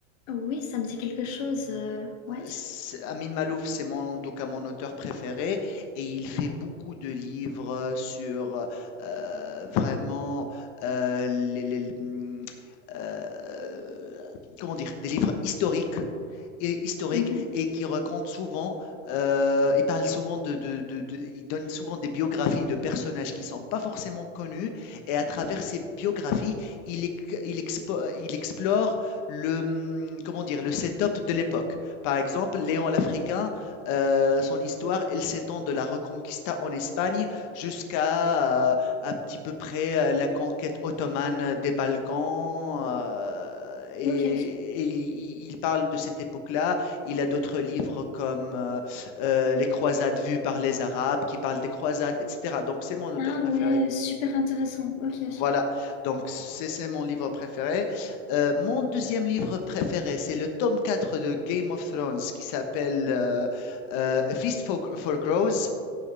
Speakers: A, on the left (about 70°); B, on the left (about 50°).
A: Oui, ça me dit quelque chose. euh, ouais.
B: C'est- Amin Malouf, c'est mon, en tout cas mon auteur préféré et il fait beaucoup de livres sur euh, vraiment euh, les, les- hum, euh, comment dire, des livres historiques et historique
A: Mhm.
B: et qui raconte souvent, euh, il parle souvent de, de- de- de- il donne souvent des biographies de personnages qui sont pas forcément connus et à travers ces biographies, il, ex- il, expo- il explore le, hum, comment dire, le setup de l'époque. Par exemple, Léon l'Africain, euh, son histoire, elle s'étend de la Reconquista en Espagne jusqu'à euh, à petit peu près euh, la conquête ottomane des Balkans euh, et,
A: Ok.
B: et il, il parle de cette époque-là. Il a d'autres livres comme euh, euh, Les croisades vues par les Arabes qui parlent des croisades, etc. Donc c'est mon auteur
A: Ah
B: préféré.
A: ouais, super intéressant. Ok.
B: Voilà, donc c'est c'est mon livre préféré. Euh, mon deuxième livre préféré, c'est le tome 4 de Game of Thrones qui s'appelle euh, euh, Feast for, for Crows.